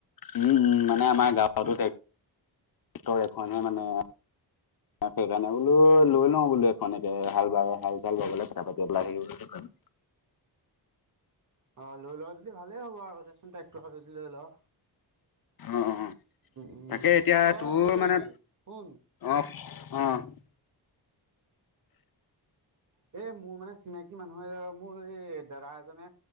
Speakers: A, on the left (about 55°); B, on the right (about 45°).
A: উম! উম! মানে, আমাৰ গাঁৱতো ট্ৰেক্টৰ এখনহে মানে। সেইকাৰণে, বোলো লৈ লওঁ বোলো এখন। এ, হাল, হাল চাল বাবলে <unintelligible> পেলাই থাকিব। <inaudible>
B: অ'! লৈ লোৱা যদি ভালেই হ'ব আৰু দেচোন ট্ৰেক্টৰ যদি লৈ ল'।
A: অ'! অ'!
B: উম,
A: তাকে, এতিয়া
B: তই
A: তোৰ
B: হেৰি কৰিবি
A: মানে,
B: শুন
A: অ'! অ'! <inaudible>
B: এ মোৰ মানে, চিনাকি মানুহ এ, মোৰ এই দাদা এজনে